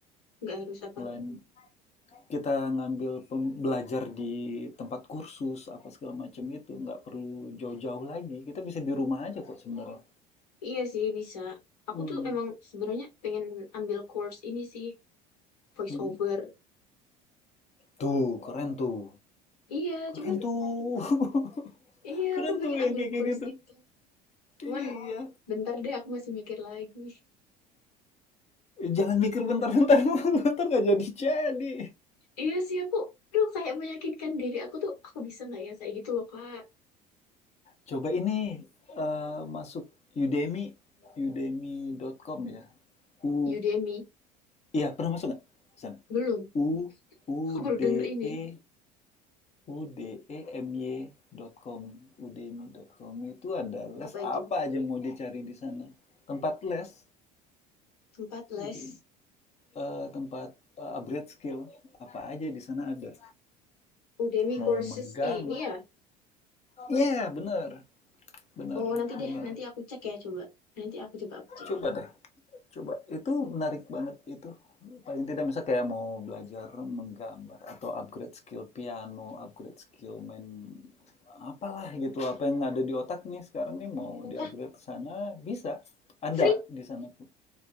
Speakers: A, on the left; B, on the left.
A: Nggak harus apa?
B: online kita ngambil pem- belajar di tempat kursus apa segala macam itu nggak perlu jauh-jauh lagi kita bisa di rumah aja kok sebenarnya
A: Iya sih bisa. Aku
B: Hmm.
A: tuh emang sebenarnya pengen ambil course ini sih voice
B: Mm-mm.
A: over.
B: tuh keren tuh
A: Iya,
B: keren
A: cuman
B: tuh <laughs>
A: iya
B: keren
A: aku pengen
B: tuh yang
A: ambil
B: kayak kayak
A: course
B: gitu
A: itu. Cuman
B: iya
A: bentar deh aku masih mikir lagi.
B: jangan mikir bentar-bentar <laughs> bentar nggak jadi-jadi
A: Iya sih aku aduh kayak meyakinkan diri aku tuh aku bisa nggak ya kayak gitu loh Kak.
B: coba ini eh, masuk Udemy udemy.com ya u
A: Udemy
B: iya pernah masuk nggak San?
A: belum.
B: u u
A: Aku baru
B: d
A: denger ini.
B: e udemy dot com, udemy dot com, itu ada les
A: Apa itu?
B: apa aja mau dicari di sana. Tempat les,
A: Tempat les
B: Udemy, eh, tempat eh, upgrade skill apa aja di sana ada.
A: Udemy
B: Mau
A: courses
B: menggang.
A: ini ya.
B: Iya, yeah, bener, bener,
A: Oh nanti deh
B: bener.
A: nanti aku cek ya coba. Nanti aku coba aku cek.
B: Coba deh. Coba itu menarik banget itu. Paling tidak misalnya kayak mau belajar menggambar atau upgrade skill piano, upgrade skill main apalah gitu. Apa yang ada di otak nih sekarang nih mau di-upgrade
A: Hah,
B: ke sana bisa. Ada
A: free?
B: di sana.